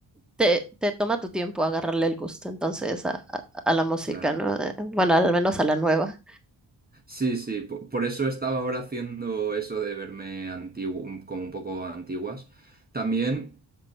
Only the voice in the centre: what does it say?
Te, te toma tu tiempo agarrarle el gusto entonces a, a- a la música,
¿no? Eh, Bueno, al menos a la nueva.